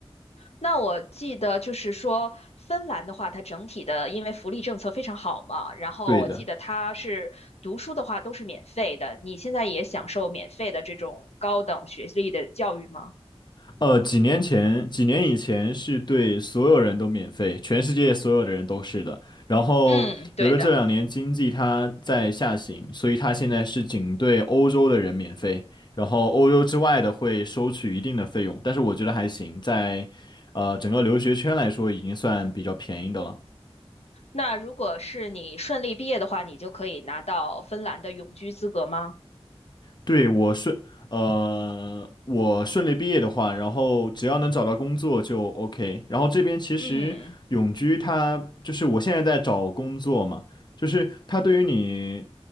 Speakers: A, on the left; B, on the left.
A: 那我记得就是说，芬兰的话，它整体的因为福利政策非常好嘛，然后我记得它是读书的话都是免费的，
B: 对的。
A: 你现在也享受免费的这种高等学历的教育吗？
B: 呃，几年前，几年以前是对所有人都免费，全世界所有的人都是的。然后，
A: 嗯，对的。
B: 有了这两年经济它在下行，所以它现在是仅对欧洲的人免费，然后欧洲之外的会收取一定的费用。但是我觉得还行，在呃整个留学圈来说，已经算比较便宜的了。
A: 那如果是你顺利毕业的话，你就可以拿到芬兰的永居资格吗？
B: 对，我顺，呃，我顺利毕业的话，然后只要能找到工作就 OK。然后这边其实永居它就是我现在在找工作嘛，
A: 嗯
B: 就是它对于你